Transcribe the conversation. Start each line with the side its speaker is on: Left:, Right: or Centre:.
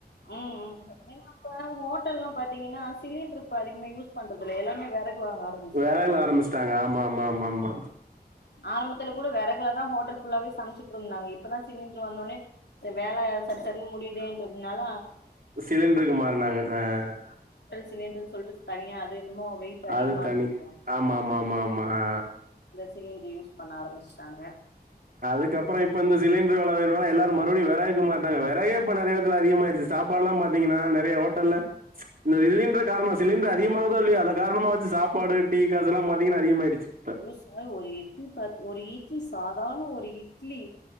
Left: உ உ ஏன்னா இப்ப ஹோட்ல்லா பாத்தீங்கன்னா சிலிண்டரு இப்ப அதிகமா யூஸ் பண்றதுல்ல எல்லாமே வெறகு வாங்க ஆரம்பிச்சுட்டாங்க
Right: வெறகுல ஆரமிச்சிட்டாங்க ஆமா ஆமா ஆமா ஆமா
Left: ஆரம்பத்துல கூட வெறகுல தா ஹோட்டல் ஃபுல்லாவே சமைச்சுட்டு இருந்தாங்க இப்பதா சிலிண்டர் வந்தோனே வேல சர்சர் முடியுதுன்றதுனால
Right: சிலிண்டருக்கு மாறுனாங்க ஆ
Left: சிலிண்டறுனு சொல்லிட்டு தனியா அது என்னமோ வெயிட் அதிகமா
Right: அது தனி
Left: இருக்குங்களா
Right: ஆமா மா மா ஆ
Left: சிலிண்டர் யூஸ் பண்ண ஆரம்மிச்சிட்டாங்க
Right: அதுக்கப்பறோ இப்ப இந்த சிலிண்டர் வெல உயர்வுநால எல்லாரு மறுபடியு வெறகுக்கு மாரிட்டாங்க வெறகே ப்ப நெறைய எடத்துல அதிகமாயிருச்சு சாப்பாடுலா பாத்தீங்கனா நெறையா ஹோட்டல்ல ச் இந்த இலின்டர் காரணோ சிலிண்டர் அதிகமாகுதோ இல்லயோ அத காரணமா வச்சு சாப்பாடு டீ காசுல்லாம் பாத்தீங்கன்னா அதிகமாயிடுச்சு இப்ப
Left: ஐயோ சார் ஒரு இட்லி பாத் ஒரு இட்லி சாதார்ண ஒரு இட் ட்லீ